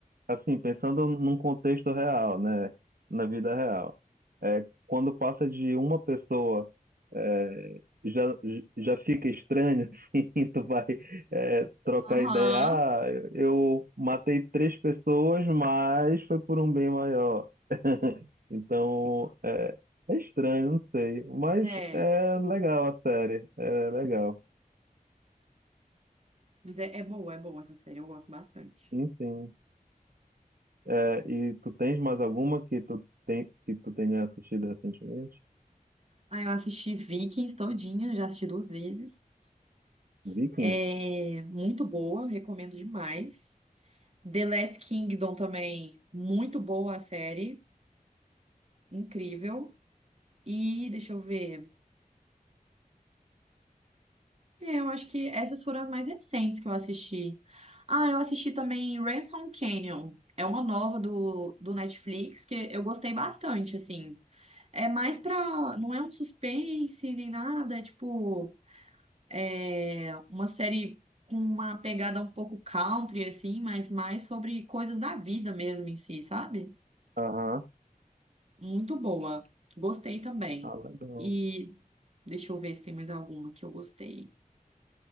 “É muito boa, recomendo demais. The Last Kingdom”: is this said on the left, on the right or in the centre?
Right